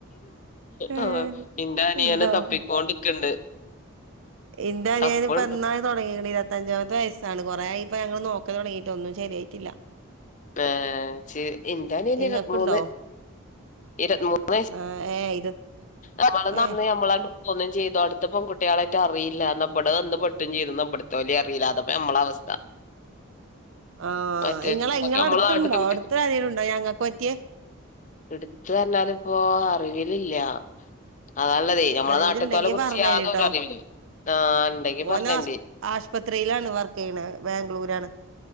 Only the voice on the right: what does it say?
ഏഹ്.
ഇണ്ടാവും
എന്റെ അനിയനിപ്പം
എന്നായി തുടങ്ങിയെടി ഇരുപത്തഞ്ചാമത്തെ വയസ്സ് ആണ് കൊറെയായിട്ട് ഞങ്ങള് നോക്കല് തൊടങ്ങിട്ട്. ഒന്നും ശര്യായിട്ട് ഇല്ല.
ഇങ്ങക്കുണ്ടോ
ആ ഏ ഇരു
ഏ
ആഹ
ഇങ്ങളെ
ഇങ്ങള
അടുത്തുണ്ടോ
അടുതരേന് കിലുംണ്ടോ ഞങ്ങൾക്ക് പറ്റിയേ
അറിവിലുണ്ടെങ്കി
പറഞ്ഞ
തരട്ടോ
ഓൻ ആശുപത്രിയിലാണ് വർക്ക് ചെയ്യണ ബാംഗ്ലൂരാണ്